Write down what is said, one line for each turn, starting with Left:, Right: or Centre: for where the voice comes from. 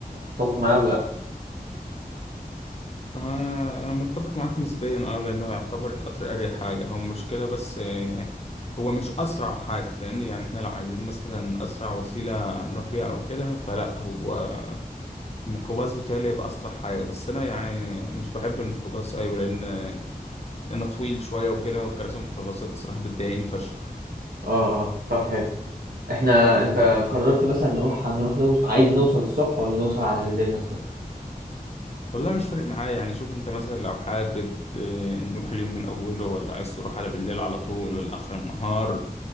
Right: متفق معايا ولا لا
Left: آه، أنا متفق معاك نسبيا أه لأنه يعتبر القطر أريح حاجة هو مشكلة بس آه، هو مش أسرع حاجة فاهمني يعني إحنا لو عايزين مثلا أسرع وسيلة نروح بيها أو كده فلا هو الميكروباص بتاعي يبقى أسرع حاجة بس أنا يعني مش بحب الميكروباص أيوة لأن أنا طويل شوية وكده وكراسي الميكروباصات الصراحة بتضايقني فشخ
Right: اه اه طب حلو احنا انت قررت مثلا نروح هنروح نوز... عايز نوصل الصبح ولا نوصل على بالليل مثلا
Left: والله مش فارق معايا يعني شوف انت مثلا لو حابب آه، نروح اليوم من اوله ولا عايز تروح على بالليل على طول ولا اخر النهار